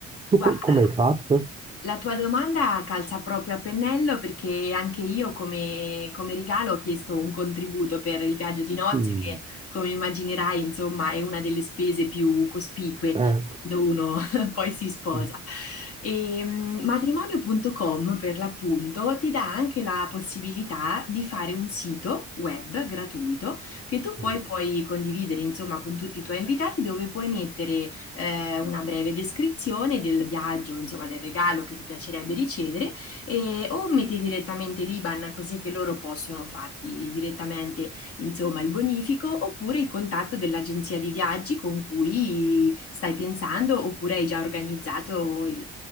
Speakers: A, on the right; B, on the left.
A: Tu
B: Guarda.
A: co- come hai fatto?
B: La tua domanda calza proprio a pennello perché anche io come, come regalo ho chiesto un contributo per il viaggio di nozze
A: Mm,
B: che, come immaginerai, insomma, è una delle spese più cospicue
A: eh,
B: quando uno <laughs> poi si sposa.
A: mm,
B: E, mm, matrimonio.com per l'appunto ti dà anche la possibilità di fare un sito web gratuito che tu poi
A: mm,
B: puoi condividere, insomma, con tutti i tuoi invitati dove puoi mettere eh, una breve descrizione del viaggio, insomma del regalo che ti piacerebbe ricevere e, o metti direttamente l'IBAN così che loro possono farti direttamente insomma il bonifico oppure il contatto dell'agenzia di viaggi con cui stai pensando oppure hai già organizzato il,